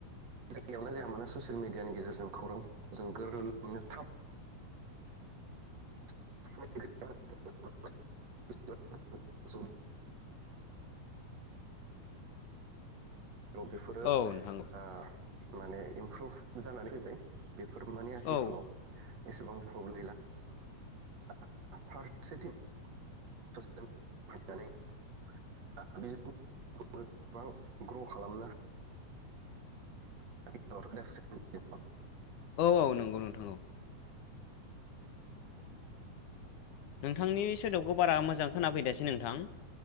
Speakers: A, on the right (about 60°); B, on the left (about 80°).
A: जायगायावनो जाया मानो ससियेल मिडियानि गेजेरजों खौरां जों गोरलैनो थाब <unintelligible> <unintelligible> औ बेफोरो
B: औ नोंथां
A: हा माने इमप्रुभ जानानै फैबाय। बेफोर माने आथिखालाव
B: औ
A: एसेबां प्रब्लेम गैला। <unintelligible> ग्र खालामनो <unintelligible>
B: औ औ नंगौ नोंथां औ नोंथांनि सोदोबखौ बारा मोजां खोनाफैदासै नोंथां।